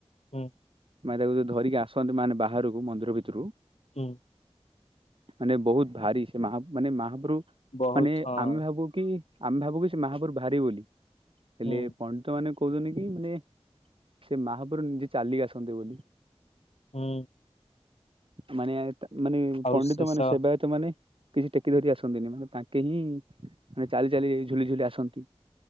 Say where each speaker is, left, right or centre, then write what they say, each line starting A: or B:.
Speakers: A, on the left; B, on the right.
A: ହୁଁ।
B: ମାନେ ତାକୁ ଯଉ ଧରିକି ଆସନ୍ତି ମାନେ ବାହାରକୁ ମନ୍ଦିର ଭିତରୁ
A: ହୁଁ।
B: ମାନେ ବହୁତ୍ ଭାରି ସେ ମାହା-ମାନେ ମାହାପ୍ରଭୁ।
A: ବହୁତ
B: ମାନେ
A: ହଁ
B: ଆମେ ଭାବୁ କି -ଆମେ ଭାବୁ କି ସେ ମାହାପୁରୁ ଭାରି ବୋଲି ହେଲେ
A: ହୁଁ
B: ପଣ୍ଡିତମାନେ କହୁଚନ୍ତି କି ମାନେ ସେ ମାହାପୁରୁ ନିଜେ ଚାଲି କି ଆସନ୍ତି ବୋଲି।
A: ହୁଁ।
B: ମାନେ -ମାନେ
A: ଆଉ
B: ପଣ୍ଡିତ
A: ଶେଷ
B: ମାନେ ସେବାୟତ୍ ସେବାୟତ ମାନେ କିଛି ଟେକି ଧରି ଆସନ୍ତିନି ମାନେ ତାଙ୍କେ ହିଁ ମାନେ ଚାଲି ଚାଲି ଝୁଲି ଝୁଲି ଆସନ୍ତି।